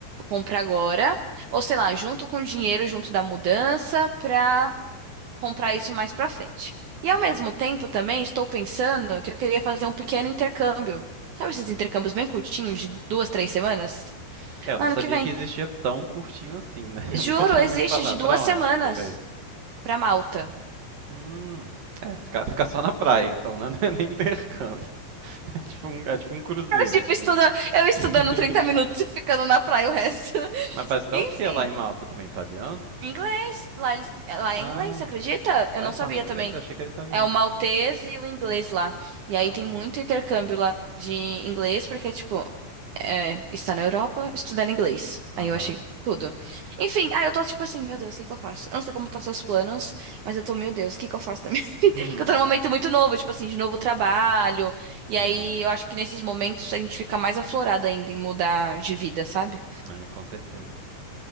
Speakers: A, on the right; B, on the right.
A: compro agora ou sei lá, junto com o dinheiro junto da mudança pra comprar isso mais pra frente. E ao
B: uhum.
A: mesmo tempo também estou pensando que eu queria fazer um pequeno intercâmbio. Sabe esses intercâmbios bem curtinhos de duas, três semanas?
B: É, eu não
A: Ano
B: sabia
A: que vem.
B: que existia tão curtinho assim, né? <laughs>
A: Juro,
B: Eu nunca tinha
A: existe
B: ouvido falar.
A: de
B: Pra
A: duas
B: onde
A: semanas
B: que você quer ir?
A: pra Malta.
B: Hum, é, ficar, ficar só na praia, então, né? <laughs> Não é nem intercâmbio. <laughs> É tipo um, é tipo um cruzeiro,
A: Eu, tipo,
B: assim,
A: estuda,
B: né?
A: eu estudando
B: <laughs>
A: 30 minutos e ficando na praia o resto. <laughs>
B: Mas parece dar
A: Enfim,
B: o que lá em Malta também? Italiano?
A: inglês. Lá, eles, lá
B: Ah,
A: é inglês, você acredita? Eu
B: lá
A: não
B: eles
A: sabia
B: falam inglês?
A: também.
B: Eu achei que era italiano.
A: É o maltês e o inglês lá. E aí
B: Ah.
A: tem muito intercâmbio lá de inglês, porque, tipo, é, está na Europa estudando inglês. Aí
B: Aham.
A: eu achei tudo. Enfim, aí eu tô tipo assim, meu Deus, o que que eu faço? Eu não sei como tá seus planos, mas eu tô, meu Deus, o que que eu faço também? <laughs> Porque
B: <laughs>
A: eu tô num momento muito novo, tipo assim, de novo trabalho. E
B: Uhum.
A: aí eu acho que nesses momentos a gente fica mais aflorado ainda em mudar de vida, sabe?
B: É, com certeza.